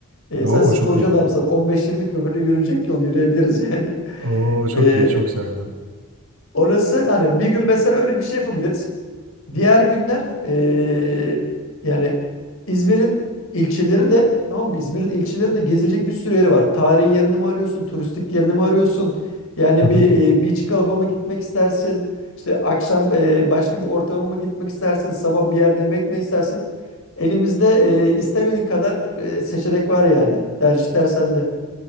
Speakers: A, on the left; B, on the right.
A: E,
B: Oo
A: sen sporcu
B: çok iyi.
A: adamsan 15-20 kilometre yürünecek yol yürüyebiliriz yani. <laughs>
B: Oo çok
A: E,
B: iyi. Çok sevindim.
A: orası hani bir gün mesela öyle bir şey yapabiliriz. Diğer günler eee, yani İzmir'in ilçeleri de tamam mı? İzmir'in ilçeleri de gezilecek bir sürü yeri var. Tarihi yerini mi arıyorsun? Turistik yerini mi arıyorsun? Yani
B: Hı hı.
A: bir e, beach club'a mı gitmek istersin? İşte akşam e, başka bir ortama mı gitmek istersin? Sabah bir yerde yemek mi istersin? Elimizde e, istemediğin kadar e, seçenek var yani. Tercihler sende.